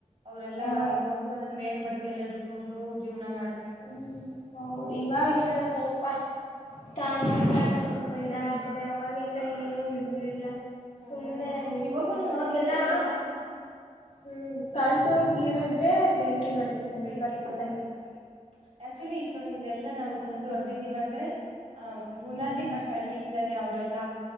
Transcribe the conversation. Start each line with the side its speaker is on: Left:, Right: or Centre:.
Right: ಅವ್ರೆಲ್ಲಾ
Left: ಹಾ
Right: ಇವಾಗ ಒಂದೊಂದು ಮೇಣದ ಬತ್ತಿ ಎಲ್ಲ ಹಿಡ್ಕೊಂಡು ಜೀವನ ಮಾಡ
Left: ಹ್ಮ್ ಹೌದು ಇವಾಗೆಲ್ಲ
Right: ಕಡೆ
Left: ಸ್ವಲ್ಪ ತಾಂತ್ರಿಕ ಎಲ್ಲ ಸ್ವಲ್ಪ ಇದಾಗಿದೆ ಅವಾಗೆಲ್ಲ ಏನು ಇರಲಿಲ್ಲ
Right: ಹ್ಮ್
Left: ಸುಮ್ನೆ ಹಂಗೆ
Right: ಇವಾಗನು
Left: ಅವಾಗೆಲ್ಲಾ
Right: ಒಂದೊಂದ್ ಕಡೆ ಎಲ್ಲಾ
Left: ಹ್ಮ್ ಕಲ್ ತಗೊಂಡು ಗಿರದ್ರೆ ಬೆಂಕಿ ಬರ್ತ್ತ
Right: ಬೆಂಕಿ
Left: ಭರ್ತಿತಂತೆ
Right: ಬರ್ತೈತಂತೆ ಆಕ್ಚುಲಿ ಇಷ್ಟೊಂದೆಲ್ಲಾ ನಾವವು ಮುಂದುವರ್ದಿದ್ದೀವ ಅಂದ್ರೆ ಅಹ ಬುನಾದಿ
Left: ಹ್ಮ್
Right: ಫಸ್ಟ್ ಹಳ್ಳಿಯಿಂದಾನೇ ಅವರೆಲ್ಲ